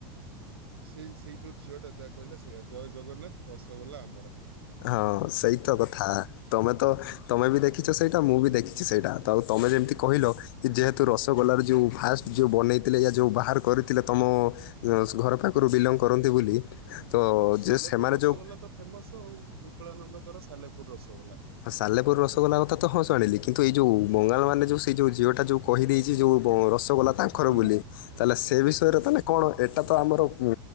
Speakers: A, on the right; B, on the left.
A: ସେଇ ସେଇ ଯୋଉ ଝିଅଟା ଯାହା କହିଲା ସେଇଆ ଜୟ ଜଗନ୍ନାଥ ରସଗୋଲା ଆମର।
B: ହଁ ସେଇତ କଥା ତମେ ତ ତମେ ବି ଦେଖିଛ ସେଇଟା ମୁଁ ବି ଦେଖିଛି ସେଇଟା। ଆଉ ତମେ ଯେମିତି କହିଲ ଯେହେତୁ ରସଗୋଲାର ଯେଉ ଫାଷ୍ଟ ଯୋଉ ବନେଇଥିଲେ ଏୟା ଯୋଉ ବାହାର କରିଥିଲେ ତମ। ୟୋସ ଘର ପାଖରୁ ବିଲଙ୍ଗ କରନ୍ତି ବୋଲି ତ
A: ସାଲେପୁର
B: ଯେ ସେମାନେ
A: ରସଗୋଲା
B: ଯେଉ।
A: ତ ଫେମସ ଆଉ ବିକଳାନନ୍ଦଙ୍କର ସାଲେପୁର ରସଗୋଲା।
B: ହଁ ସାଲେପୁର ରସଗୋଲା କଥା ତ ହଁ ଜାଣିଲି କିନ୍ତୁ ଏଇ ଯୋଉ ବଙ୍ଗାଳମାନେ ଯୋଉ ସେ ଯୋଉ ଝିଅଟା ଯୋଉ। କହିଦେଇଛି ଯୋଉ ବ ରସଗୋଲା ତାଙ୍କର
A: ହୁଁ।
B: ବୋଲି। ତାହେଲେ ସେ ବିଷୟରେ ତାଲେ କଣ ଏଇଟା ତ ଆମର ଉଁ